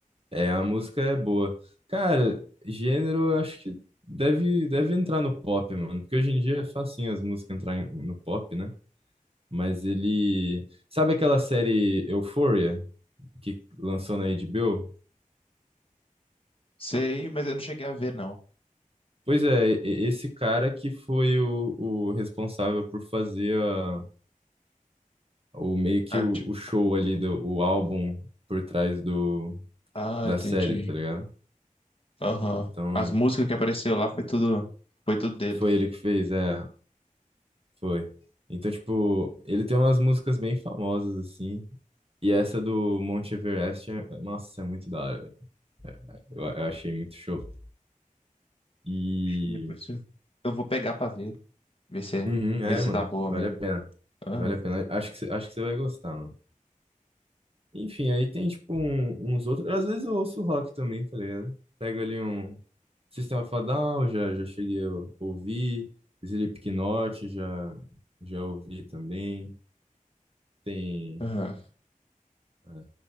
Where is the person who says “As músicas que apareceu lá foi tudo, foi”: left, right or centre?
Left